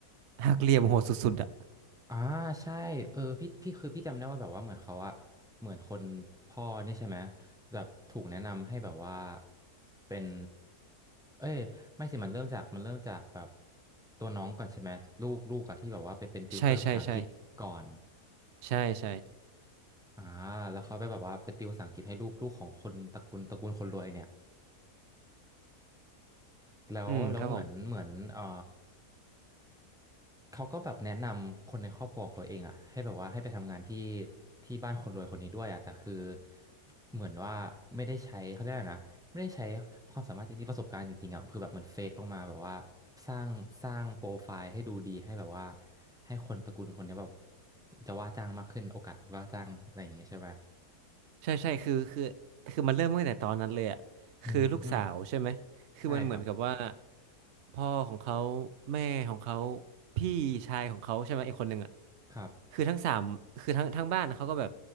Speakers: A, on the right; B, in the centre.
A: หักเหลี่ยมโหดสุดๆอะ
B: อ่าใช่เออพี่พี่คือพี่จำได้ว่าแบบว่าเหมือนเขาอะเหมือนคนพ่อนี่ใช่ไหมแบบถูกแนะนำให้แบบว่าเป็นเอ้ยไม่สิมันเริ่มจากมันเริ่มจากแบบตัวน้องก่อนใช่ไหมลูกลูกอะที่แบบว่าไปเป็นติวเตอร์ภาษาอังกฤษก่อน
A: ใช่ใช่ใช่ใช่ใช่
B: อ่าแล้วเขาไปแบบว่าไปติวภาษาอังกฤษให้ลูกลูกของคนตระกูลตระกูลคนรวยเนี่ยแล้วแล้วเหมือนเหมือนเอ่อ
A: อืมครับผม
B: เขาก็แบบแนะนำคนในครอบครัวของเขาเองอ่ะให้แบบว่าให้ไปทำงานที่ที่บ้านคนรวยคนนี้ด้วยอ่ะแต่คือเหมือนว่าไม่ได้ใช้เขาเรียกอะไรนะไม่ได้ใช้ความสามารถจริงๆประสบการณ์จริงๆอ่ะคือแบบมันเฟกออกมาแบบว่าสร้างสร้างโปรไฟล์ให้ดูดีให้แบบว่าให้คนตระกูลคนเนี้ยแบบจะว่าจ้างมากขึ้นโอกาสว่าจ้างอะไรอย่างเงี้ยใช่ไหม
A: ใช่ใช่คือคือคือมันเริ่มตั้งแต่ตอนนั้นเลยอะ
B: อืม
A: คือลูกสาวใช่ไหมคือมันเหมือนกับว่า
B: ใช่ครับ
A: พ่อของเขาแม่ของเขาพี่ชายของเขาใช่ไหมอีกคนหนึ่งอะ
B: ครับ
A: คือทั้งสามคือทั้งทั้งบ้านเขาก็แบบ